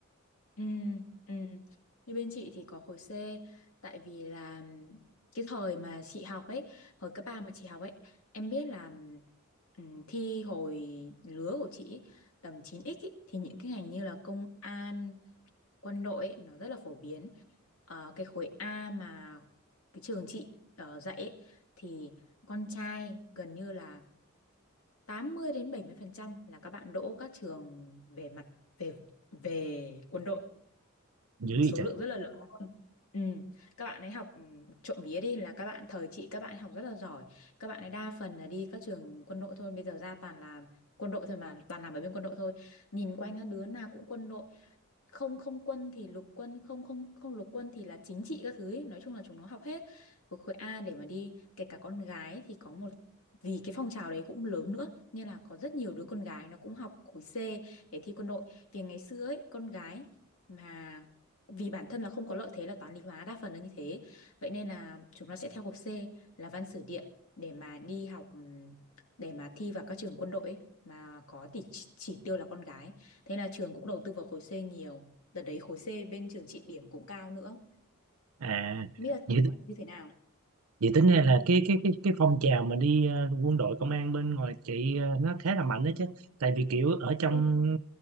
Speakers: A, on the left; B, on the right.
A: Ừ, ừ. Như bên chị thì có khối C tại vì là cái thời mà chị học ấy, hồi cấp 3 mà chị học ấy, em biết là ừm, thi hồi lứa của chị ấy, tầm chín x ấy, thì những cái ngành như là công an, quân đội ấy, nó rất là phổ biến. Ờ, cái khối A mà cái trường chị ờ, dạy ấy, thì con trai gần như là 80 đến 70% là các bạn đỗ các trường về mặt về về quân đội
B: dữ
A: một số
B: vậy
A: lượng rất là lớn luôn ừ. các bạn ấy học ừ, trộm vía đi là các bạn thời chị các bạn ấy học rất là giỏi các bạn ấy đa phần là đi các trường quân đội thôi bây giờ ra toàn là quân đội thôi mà toàn làm ở bên quân đội thôi nhìn quanh các đứa nào cũng quân đội không không quân thì lục quân không không không lục quân thì là chính trị các thứ ấy. Nói chung là chúng nó học hết khối khối A để mà đi kể cả con gái thì có một vì cái phong trào đấy cũng lớn nữa nên là có rất nhiều đứa con gái nó cũng học khối C để thi quân đội vì ngày xưa ấy con gái mà vì bản thân là không có lợi thế là toán lý hóa đa phần là như thế vậy nên là chúng nó sẽ theo khối C là văn sử địa để mà đi học ừm, để mà thi vào các trường quân đội ấy, mà có tỷ chỉ tiêu là con gái Thế là trường cũng đầu tư vào khối C nhiều. Đợt đấy khối C bên trường chị điểm cũng cao nữa.
B: à
A: Không biết
B: vậy
A: là như thế nào?
B: vậy tính ra là cái cái cái cái phong trào mà đi ờ, quân đội công an bên ngoài chị ờ, nó khá là mạnh đó chứ tại vì kiểu ở trong
A: Ừ.